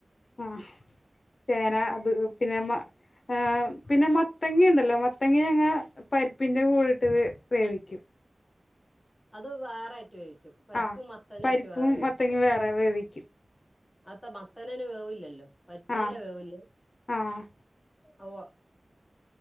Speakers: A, on the left; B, on the left.
A: ആ ചേന അത് പിന്നെ മ ഏഹ് പിന്നെ മത്തങ്ങണ്ടല്ലോ മത്തങ്ങ ങ്ങനെ പരിപ്പിന്റെ കൂടെട്ട് ത് വേവിക്കും
B: അത് വേറെ വേവിച്ചും പരിപ്പും
A: ആ
B: മത്തനുവായിട്ട്
A: പരിപ്പും
B: വേവിച്ചേ
A: മത്തങ്ങും വേറെ വേവിക്കും
B: അത്ത മത്തനേന് വേവുല്ലല്ലോ പരിപ്പിനല്ലേ
A: ആഹ്
B: വേവുള്ളൂ
A: ആഹ്
B: റവ